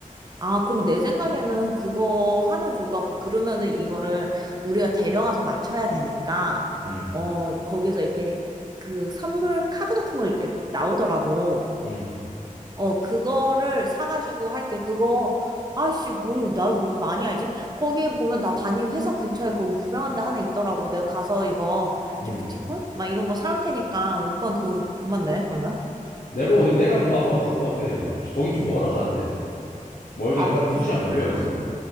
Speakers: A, on the right; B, on the left.
A: 아, 그럼 내 생각에는 그거 하면 좋을 것 같고, 그러면은 이거를 우리가 데려가서 맞춰야 되니까,
B: 응,
A: 어, 거기에서 이렇게 그 선물 카드 같은 거 이렇게 나오더라고.
B: 응,
A: 어, 그거를 사가지고 할게. 그거, 아이씨, 뭘, 나 왜 이렇게 많이 알지? 거기에 보면 나 다니는 회사 근처에 거기 유명한 데 하나 있더라고. 내가 가서 이거
B: 응.
A: 기프티콘? 막 이런 거 사올 테니까 오빠 그거 돈만 내, 그러면?
B: 내가 내가 그럼 아빠 거 갔다 올게 내가. 거긴 좀 멀어 갈 때. 좀 멀게
A: 아,
B: 한
A: 그,
B: 두
A: 좀-
B: 시간 걸려
A: 아,
B: 여기서.